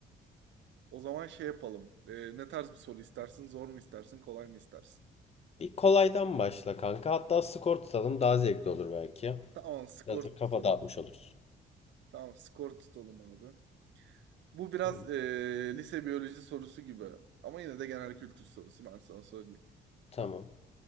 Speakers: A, on the right; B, on the left.
A: O zaman şey yapalım. E, ne tarz bir soru istersin? Zor mu istersin? Kolay mı istersin?
B: Bir kolaydan başla kanka. Hatta skor tutalım daha zevkli olur belki.
A: Tamam skor
B: Biraz da kafa
A: tutalım.
B: dağıtmış oluruz.
A: Tamam skor tutalım abi. Bu biraz
B: Tamam.
A: e, lise biyoloji sorusu gibi. Ama yine de genel kültür sorusu ben sana söyleyeyim.
B: Tamam.